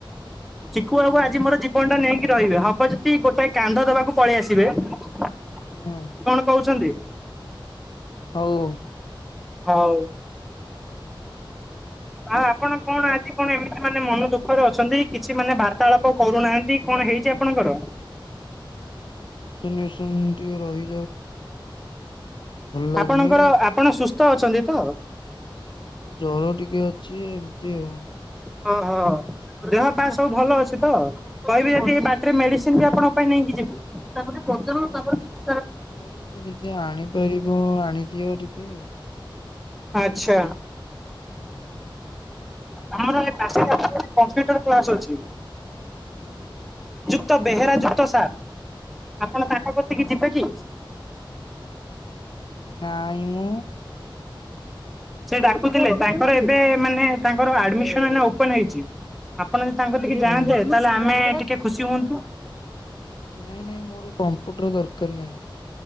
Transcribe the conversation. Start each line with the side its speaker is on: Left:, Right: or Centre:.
Centre: ଚିକୁବାବୁ
Left: ହଁ
Centre: ଆଜି ମୋର ଜୀବନଟା ନେଇ କି ରହିବେ ହବ ଯଦି ଗୋଟାଏ କାନ୍ଧ ଦବାକୁ ପଳେଇ ଆସିବେ, କଣ
Left: ହଁ।
Centre: କହୁଛନ୍ତି?
Left: ହଉ।
Centre: ହଉ। ଆଉ ଆପଣ କଣ ଆଜି କଣ ଏମିତି ମାନେ ମନ ଦୁଃଖରେ ଅଛନ୍ତି କିଛି ମାନେ ବାର୍ତ୍ତାଳାପ କରୁନାହାନ୍ତି? କଣ ହେଇଛି ଆପଣଙ୍କର?
Left: <inaudible> ସୁନସୁନ ଟିକେ ରହି ଲାଗୁନି।
Centre: ଆପଣଙ୍କର ଆପଣ ସୁସ୍ଥ ଅଛନ୍ତି ତ?
Left: ଜର ଟିକେ ଅଛି ଏମତି ଆଉ।
Centre: ହଁ- ହଁ। ଦେହପା ସବୁ ଭଲ ଅଛି ତ? କହିବି ଯଦି ଏ ବାଟରେ ମେଡିସିନ ବି ଆପଣଙ୍କ ପାଇଁ ନେଇକି ଯିବି। ତାକୁ ଟିକେ ପଚାରନ୍ତୁ ତାଙ୍କର କିଛି
Left: ହଉ ଯଦି ଆଣିପାରିବ ଆଣିଦିଅ ଟିକେ।
Centre: ଆଚ୍ଛା।
Left: ହୁଁ।
Centre: ଆମର ଏ ପାଖରେ ଅଛୁ ବୋଲି କମ୍ପୁଟର କ୍ଲାସ ଅଛି।
Left: ହୁଁ।
Centre: କ୍ତ ବେହେରା ଯୁକ୍ତ ସାର୍, ଆପଣ
Left: ହୁଁ
Centre: ତାଙ୍କ କତିକି ଯିବେ କି?
Left: ନାଇଁମ
Centre: ସେ ଡାକୁଥିଲେ ତାଙ୍କର ଏବେ ମାନେ ତାଙ୍କର ଆଡ଼ମିଶନ୍ ଏଇନେ ଓପନ୍ ହେଇଛି, ଆପ୍ ଆପଣ ଯଦି ତାଙ୍କ କତିକି
Left: ହୁଁ
Centre: ଯାଆନ୍ତେ ତାହେଲେ ଆମେ ଟିକେ ଖୁସି ହୁଅନ୍ତୁ।
Left: ନାଇଁ ନାଇଁ ମୋର କମ୍ପ୍ୟୁଟର ଦରକାର ନାଇଁ।